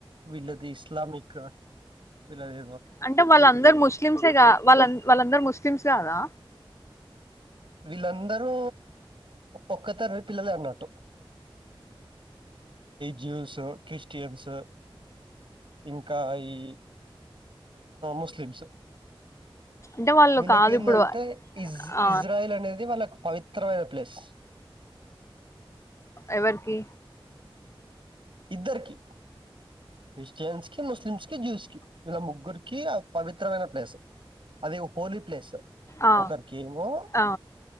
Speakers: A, on the right (about 65°); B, on the left (about 30°).
A: వీళ్ళది ఇస్లామిక్ వీళ్ళది
B: అంటే వాళ్ళందరు ముస్లిమ్సే కా వాళ్ళ వాళ్ళందరు ముస్లిమ్స్ కాదా
A: వీళ్ళందరూ ఒక్క తర పిల్లలే అన్నట్టు జ్యూస్ క్రిస్టియన్స్ ఇంకా ఈ ముస్లిమ్స్
B: అంటే వాళ్ళు
A: వీళ్ళకింటంటే
B: కాదు ఇప్పుడు
A: ఇజ
B: ఆ
A: ఇజ్రాయిల్ అనేది వాళ్ళకు పవిత్రమైన ప్లేస్
B: ఎవరికి
A: ఇద్దరికి క్రిస్టియన్స్ కి ముస్లిమ్స్ కి జ్యూస్ కి ఇలా ముగ్గురికి పవిత్రమైన ప్లేస్ అది హోలీ ప్లేస్
B: ఆ
A: ఒకరికి ఏమో
B: ఆ